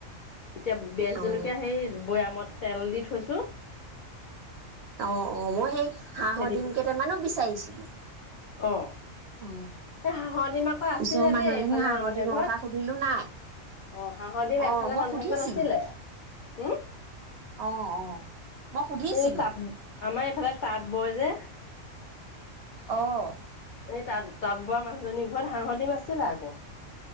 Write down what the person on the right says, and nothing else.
অ
অ অ মই সেই হাঁহ সদিম
কেইটামানো বিচাৰিছিলো
অ
ওচৰৰ মানুহ
এজনী
হাঁহৰ
ডিমৰ
কথা সুধিলো নাই
অ
মই
সুধিছিলো
অ অ মই সুধিছিলো
আহ